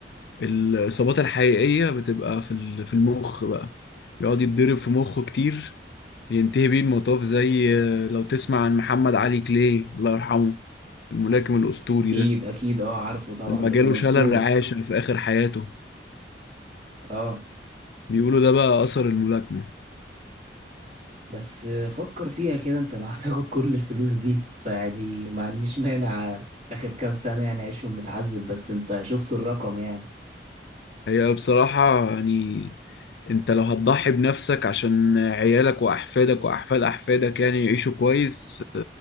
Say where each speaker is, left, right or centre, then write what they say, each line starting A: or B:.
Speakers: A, on the left; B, on the right.
A: الإصابات الحقيقية بتبقى في ال- في المخ بقى يقعد يتضرب في مخه كتير ينتهي بيه المطاف زي آه، لو تسمع عن محمد علي كلاي الله يرحمه الملاكم الأسطوري
B: أكيد
A: ده
B: أكيد أه عارفه طبعا
A: لما
B: ده
A: جاله
B: كان
A: شلل
B: أسطورة
A: رعاشة في آخر حياته
B: اه
A: بيقولوا ده بقى أثر الملاكمة
B: بس فكر فيها كده انت لو هتاخد كل الفلوس دي فيعني ما عنديش مانع اخر كام سنة يعني اعيشهم متعذب بس انت شفت الرقم يعني
A: هي بصراحة يعني انت لو هتضحي بنفسك عشان عيالك وأحفادك وأحفاد أحفادك يعني يعيشوا كويس